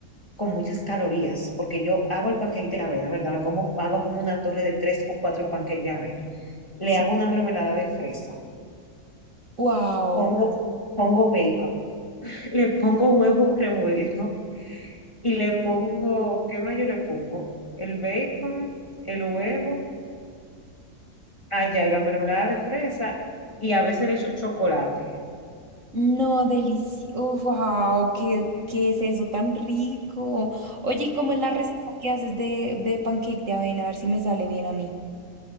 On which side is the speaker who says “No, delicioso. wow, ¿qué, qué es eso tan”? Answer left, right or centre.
Right